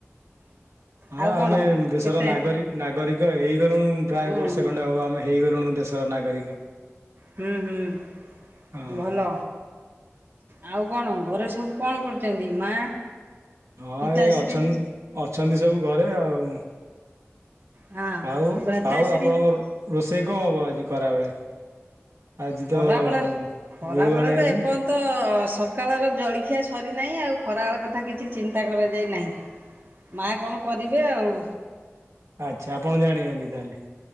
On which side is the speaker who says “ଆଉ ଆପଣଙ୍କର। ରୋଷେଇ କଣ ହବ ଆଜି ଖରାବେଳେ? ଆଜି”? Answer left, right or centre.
Right